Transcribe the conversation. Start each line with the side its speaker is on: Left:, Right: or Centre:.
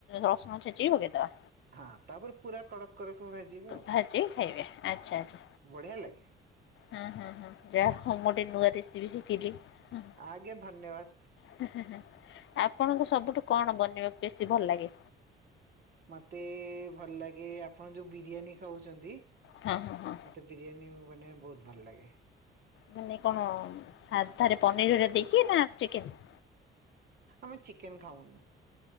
Left: ରସୁଣ ଛେଚିକି ପକେଇଦବା।
Right: ହଁ ତାପରେ ପୁରା କଡକ କଡକ ଭାଜିବ ଆଉ,
Left: ଭାଜିକି ଖାଇବେ ଆଚ୍ଛା ଆଚ୍ଛା।
Right: ବଢିଆ ଲାଗେ ।
Left: ହଁ ହଁ ହଁ, ଯାହା କୁହ ମୁଁ ଗୋଟେ ନୂଆ ରେସିପି ଶିଖିଲି ।
Right: ଆଜ୍ଞା ଧନ୍ୟବାଦ
Left: <unintelligible> ଆପଣଙ୍କ ସବୁଠୁ କଣ ବନେଇବା ବେଶୀ ଭଲ ଲାଗେ?
Right: ମତେ ଭଲ ଲାଗେ ଆପଣ ଯୋଉ ବିରିୟାନୀ ଖାଉଛନ୍ତି ମତେ
Left: ହଁ ହଁ ହଁ।
Right: ବିରିୟାନୀ ମାନେ ବହୁତ ଭଲ ଲାଗେ ।
Left: ମାନେ କଣ ସାଧାରେ ପନିରରେ ଦେଇକି ନା। ଚିକେନ
Right: ଆମେ ଚିକେନ୍ ଖାଉନୁ ।